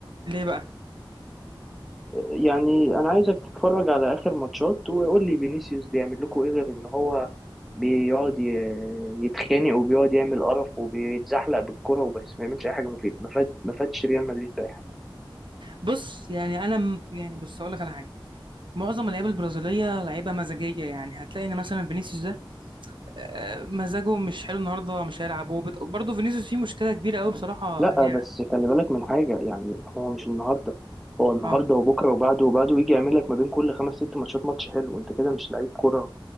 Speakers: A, on the right; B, in the centre.
A: ليه بقى
B: يعني انا عايزك تتفرج على اخر ماتشات وقول لي فينيسيوس بيعمل لكم ايه غير ان هو بيقعد ي- يتخانق وبيقعد يعمل قرف وبيتزحلق بالكرة وبس ما يعملش اي حاجة مفيدة ما فاد ما فادش ريال مدريد بأي حاجة
A: بص يعني انا م- يعني بص اقول لك على حاجه معظم اللعيبه البرازيليه لعيبه مزاجيه يعني هتلاقي ان مثلا فينيسيوس ده آه، مزاجه مش حلو النهارده مش هيلعب وبت... برضه فينيسيوس فيه مشكله كبيره قوي بصراحه
B: لا
A: هي
B: بس خلي بالك من حاجة يعني هو مش النهاردة هو النهاردة
A: اه
B: وبكرة وبعده وبعده ويجي يعمل لك ما بين كل خمس ست ماتشات ماتش حلو انت كده مش لعيب كرة